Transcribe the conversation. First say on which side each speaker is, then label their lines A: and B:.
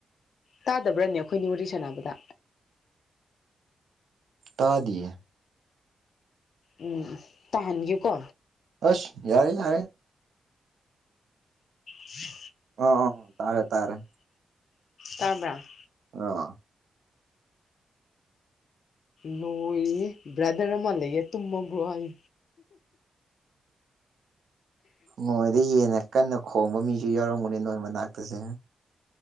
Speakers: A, on the left; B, on the right.
A: ꯇꯥꯗꯕ꯭ꯔꯅꯦ ꯑꯩꯈꯣꯏ ꯅꯤ ꯋꯥꯔꯤ ꯁꯥꯟꯅꯕꯗ
B: ꯇꯥꯗꯌꯦ
A: ꯎꯝ ꯎꯝ ꯇꯥꯍꯟꯒꯨꯀꯣ
B: ꯑꯁ ꯌꯥꯔꯦ ꯌꯥꯔꯦ
A: ꯎꯝ
B: ꯑꯣ ꯑꯣ ꯇꯔꯦ ꯇꯥꯔꯦ
A: ꯇꯥꯕ
B: ꯑ
A: ꯅꯣꯣꯏ ꯕ꯭ꯔꯗꯔ ꯃꯜꯒ ꯇꯨꯝꯃꯕ꯭ꯔꯣ ꯍꯥꯏ
B: ꯃꯣꯏꯗꯤ ꯍꯅ ꯀꯟꯅ ꯈꯣꯡꯕ ꯃꯤꯁꯨ ꯌꯥꯎꯔꯝꯒꯅꯦ ꯅꯣꯏ ꯃꯅꯥꯛꯇꯁꯦ